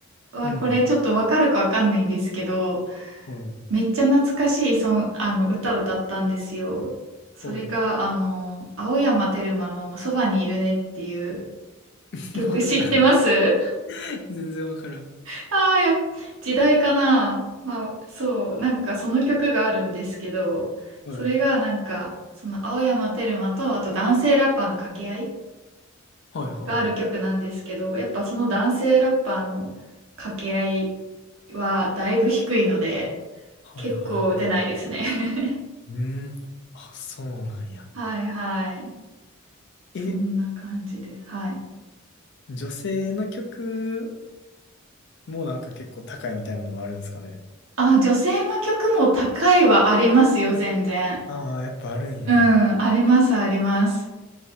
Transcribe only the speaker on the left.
い。うん。
はい。
はい。
<laughs>
わからん。<laughs> 全然わからん。
はい。
はい、はい。
はい、
はい、は
い。うん。あ、そうなんや。
え、
女性の曲もなんか結構高いみたいなのもあるんですかね。
ああー、やっぱあるんや。